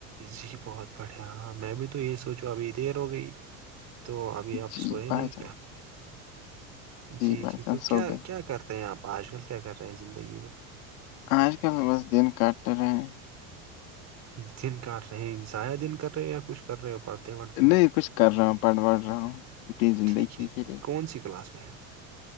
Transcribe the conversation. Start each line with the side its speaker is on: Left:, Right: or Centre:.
Right: جی بہت بڑھیا ہاں میں بھی تو یہی سوچوں ابھی دیر ہو گئی تو ابھی آپ
Left: جی
Right: سوئے
Left: بھائی
Right: نہیں کیا
Left: جان
Right: جی
Left: بھائی
Right: جی
Left: جان
Right: تو
Left: سو
Right: کیا
Left: گئے
Right: کیا کرتے ہیں آپ آج کل کیا کر رہے ہیں زندگی میں
Left: آج کل تو بس دن کاٹ رہے
Right: دن کاٹ رہے ہیں ضائع دن کر رہے یا کچھ کر رہے ہو پڑھتے وڑھتے ہو
Left: نہیں کچھ کر رہا ہوں پڑھ وڑھ رہا ہوں اپنی زندگی
Right: ٹھیک ہے
Left: کے لیے
Right: کون سی کلاس میں <unintelligible>